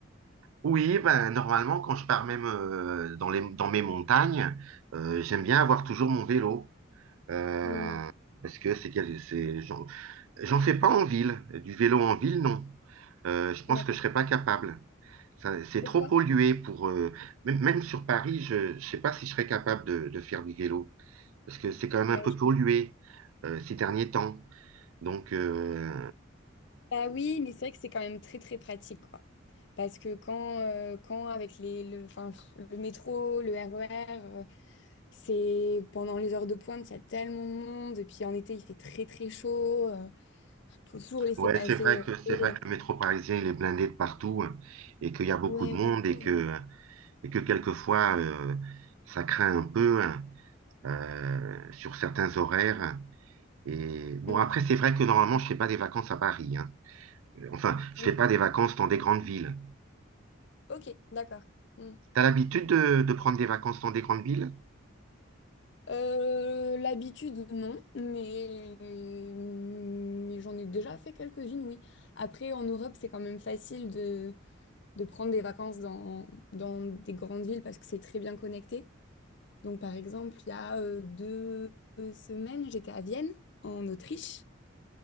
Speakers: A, on the right; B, on the left.
A: Oui, ben, normalement, quand je pars même euh, dans les, dans mes montagnes, euh, j'aime bien avoir toujours mon vélo. Euh,
B: Hmm,
A: parce que c'est, quel- c'est, j'en, j'en fais pas en ville. Du vélo en ville, non. Euh, je pense
B: d'accord.
A: que je serais pas capable. Ça- C'est
B: Pourquoi?
A: trop pollué pour. euh, même, même sur Paris, je ne sais pas si je serais capable de, de faire du vélo. parce que c'est quand même un
B: Ouais,
A: peu
B: je
A: pollué euh, ces derniers temps. Donc, euh,
B: Bah oui, mais c'est vrai que c'est quand même très très pratique, quoi. Parce que quand, euh, quand avec les, le, enfin, pff, le métro, le RER, euh, c'est pendant les heures de pointe, il y a tellement de monde. Et puis en été, il fait très très chaud. euh, faut toujours laisser
A: ouais,
B: passer.
A: c'est vrai
B: euh,
A: que c'est vrai que le
B: euh,
A: métro parisien il est blindé de partout hein, et qu'il y a beaucoup
B: ouais,
A: de monde
B: faut
A: et
B: toujours,
A: que et que quelquefois euh, ça craint un peu hein, euh, sur certains horaires. Et bon,
B: euh, mm,
A: après c'est vrai que normalement je fais pas des vacances à Paris. hein. Enfin, je
B: oui.
A: fais pas des vacances dans des grandes villes.
B: Ok, d'accord. Mm.
A: T'as l'habitude de, de prendre des vacances dans des grandes villes?
B: Euh, l'habitude, non, mais, mais j'en ai déjà fait quelques-unes, oui. Après, en Europe, c'est quand même facile de de prendre des vacances dans, dans des grandes villes parce que c'est très bien connecté. Donc, par exemple, il y a euh, deux semaines, j'étais à Vienne, en Autriche.